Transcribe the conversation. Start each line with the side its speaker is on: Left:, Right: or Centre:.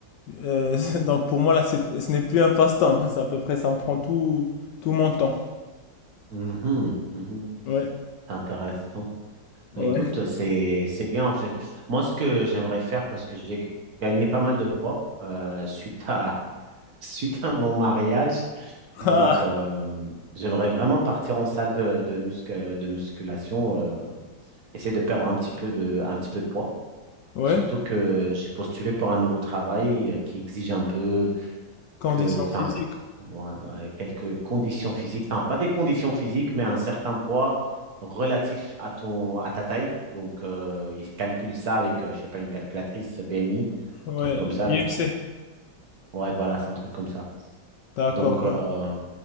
Left: euh, <laughs> donc pour moi là, c'est- ce n'est plus un passe-temps. C'est à peu près, ça me prend tout, tout mon temps.
Right: mhm, mhm.
Left: Ouais,
Right: Intéressant.
Left: ouais,
Right: Bah, Écoute, c'est c'est bien en fait. Moi, ce que j'aimerais faire, parce que j'ai gagné pas mal de poids euh, suite à, suite à mon mariage.
Left: <laughs>
Right: Donc,
Left: Ah,
Right: euh, j'aimerais vraiment partir en salle de, de, muscu- de musculation, euh, essayer de perdre un petit peu de, un petit peu de poids.
Left: ouais.
Right: Surtout que j'ai postulé pour un nouveau travail euh, qui exige un peu
Left: Condition
Right: que, enfin,
Left: physique.
Right: ouais, ouais, quelques conditions physiques, enfin, pas des conditions physiques, mais un certain poids relatif à ton, à ta taille. Donc, euh, ils calculent ça avec, euh, je sais pas, une calculatrice BMI, un
Left: Ouais,
Right: truc comme
Left: IMC.
Right: ça, là. Ouais, voilà, c'est un truc comme ça.
Left: D'accord,
Right: Donc,
Left: je-
Right: euh,